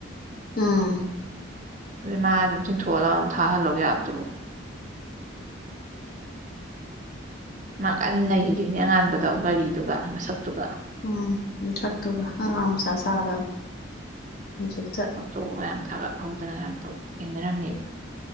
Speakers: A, on the left (about 50°); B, on the right (about 40°).
A: ꯎꯝ
B: ꯑꯗꯨꯏ ꯃꯥ ꯑꯗꯨꯝ ꯆꯤꯡꯊꯣꯛꯍꯜꯂꯒ ꯑꯝ ꯊꯥꯍꯜꯂꯧꯕ ꯌꯥꯕꯗꯨꯕꯨ ꯃꯥ ꯀꯟ ꯅ‌ꯩꯔꯤꯅꯦ ꯑꯉꯥꯟꯕꯗꯣ ꯒꯥꯔꯤꯗꯨꯒ ꯃꯁꯛꯇꯨꯒ
A: ꯎꯝ ꯃꯊꯛꯇꯨꯒ ꯑꯉꯥꯡꯃꯆꯥ ꯁꯥꯗ ꯍꯨꯖꯤꯛꯇ
B: ꯇ‌ꯣ ꯃꯌꯥꯝ ꯊꯥꯒꯠ ꯍꯧꯗꯅ ꯌꯥꯝ ꯇꯧ ꯊꯦꯡꯅꯔꯝꯃ‌ꯦꯕ